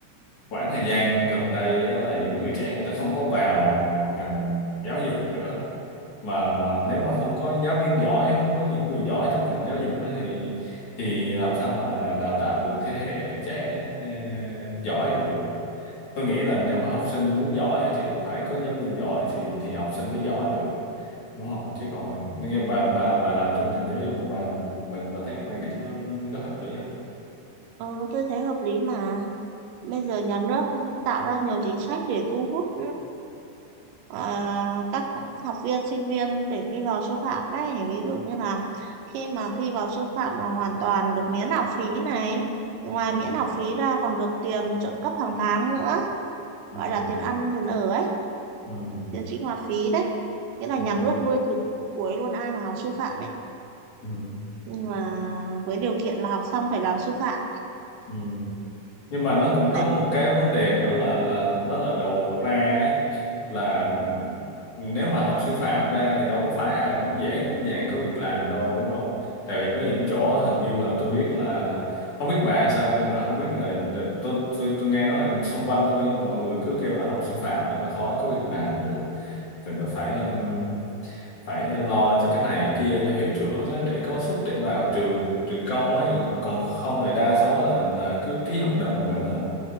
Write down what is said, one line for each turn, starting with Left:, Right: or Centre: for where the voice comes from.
Left: khoảng thời gian gần đây á, là những người trẻ người ta không có vào ờ, ngành giáo dục nữa mà mà nếu mà không có giáo viên giỏi không có những người giỏi trong ngành giáo dục á thì thì làm sao mà đào tạo được thế hệ trẻ ờ, giỏi được tôi nghĩ là nếu mà học sinh muốn giỏi á, thì cũng phải có giáo viên giỏi thì thì học sinh mới giỏi được đúng không chứ còn nghe bà bà bà làm trong ngành giáo dục của bà bà, bà thấy quan điểm nó nó có hợp lý không
Right: Ờ, tôi thấy hợp lý mà. Bây giờ nhà nước tạo ra nhiều chính sách để thu hút à, các học viên sinh viên để thi vào sư phạm đấy ví dụ như là khi mà thi vào sư phạm là hoàn toàn được miễn học phí này ngoài
Left: ừ,
Right: miễn học phí ra còn được tiền trợ cấp hàng tháng nữa
Left: ừ,
Right: gọi là tiền ăn tiền ở ấy
Left: ừ,
Right: tiền sinh hoạt phí đấy nghĩa là
Left: ừ,
Right: nhà nước nuôi từ cuối luôn ai mà học sư phạm ấy
Left: ừ,
Right: nhưng mà với điều kiện là học xong phải làm sư phạm
Left: ừ. nhưng mà nó cũng
Right: lại
Left: có một cái vấn đề nữa là là đó là đầu ra ấy là nếu mà học sư phạm ra thì đâu có phải ai cũng dễ cũng dàng có việc làm đâu đúng không tại vì có những chỗ hình như là tôi biết là không biết bà sao nhưng mà không biết là đ- tôi tôi, tôi nghe nói là xung quanh tôi mọi người cứ kêu là học sư phạm nên là khó có việc làm được thì tôi phải um, phải lo cho cái này cái kia cho hiệu trưởng á, để có suất để vào trường trường công á trường còn không thì đa số là là cứ ký hợp đồng gọi là